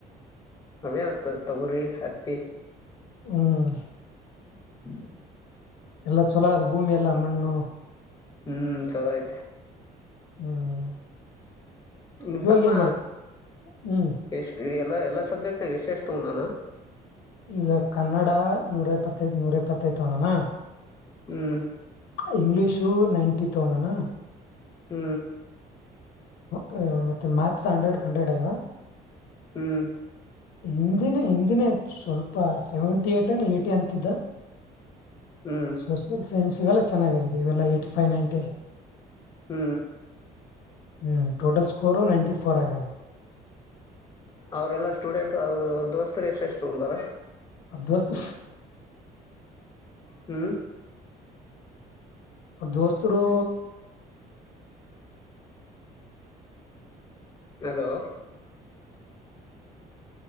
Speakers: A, on the left; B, on the left.
A: ಅವೇಾವತ್ ತೊಗುರಿ ಹತ್ತಿ
B: ಹ್ಮ್
A: ಹ್ಮ
B: ಎಲ್ಲಾ ಚಲೋ ಅದು ಭೂಮಿ ಎಲ್ಲ ಮಣ್ಣು
A: ಹ್ಮ್ ಚಲ ಆ್ತು
B: ಹ್ಮ್
A: ನಿಮ
B: ಇವಾಗ
A: ತಮ್ಮ
B: ಏನ್ ಮಾಡ್ತಿ ಹ್ಮ್
A: ಎಷ್ಟ ಎಲ್ಲ ಎಲ್ಲಾ ಸಬ್ಜೆಕ್ಟ್ ನ ಎಶೇ ಇಷ್ಟ ತ ನಾನ
B: ಈಗ ಕನ್ನಡ ನೂರ ಎಪ್ಪತ್ತೈದು ನೂರ ಎಪ್ಪತ್ತೈ ತ ತೋಣನಾ
A: ಹ್ಮ್
B: ಇಂಗ್ಲೀಷು ನೈಂಟಿ ತಗೊಂಡಣ
A: ಹ್ಮ್
B: ಹ್ಮ್ ಮತ್ತೆ ಮ್ಯಾಕ್ಸ್ ಹಂಡ್ರೆಡ್ ಕಂಡ್ರೆಡ್ ಆಗದ
A: ಹ್ಮ್
B: ಹಿಂದಿನೇ ಹಿಂದಿನೇ ಸ್ವಲ್ಪ ಸೆವೆಂಟಿ ಏಟ್ ಅನ ಏಟಿ ಅಂತಿದ್ದ
A: ಹ್ಮ್
B: ಸೋಷಿಯಲ್ ಸೈನ್ಸ್ ಇವೆಲ್ಲ ಚೆನ್ನಾಗಾಗಿದೆ ಇವೆಲ್ಲಾ ಏ್ಟಿ ಫೈವ್ ನೈನ್ಟಿ ಆಗ
A: ಹ್ಮ್
B: ಹ್ಮ್ ಟೋಟಲ್ ಸ್ಕೋರು ನೈನ್ಟಿ ಫೋರ್ ಆಗ
A: ಅವ್ರಲ್ಲಾ ಸ್ಟೂಡೆಂಟ್ ಅವರು ದೋಸ್ತರು ಎಷ್ಟು ಎಷ್ಟು ತಬಾರ
B: ಅರ್ಧವಸ್ತ
A: ಹ್ಮ್.
B: ದೋಸ್ತರು.
A: ಅಲೋ.